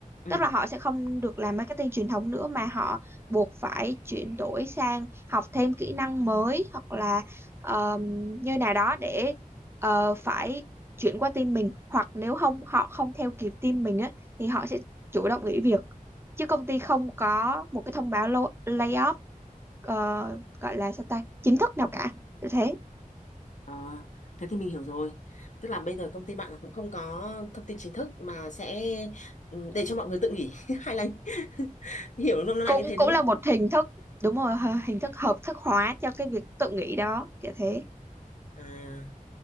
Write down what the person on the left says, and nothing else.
ừ
Ờ, thế thì mình hiểu rồi Tức là bây giờ công ty bạn là cũng không có thông tin chính thức mà sẽ ừ, để cho mọi người tự nghỉ <laughs> hay là <laughs> hiểu nôm na
như thế
đúng
không?
À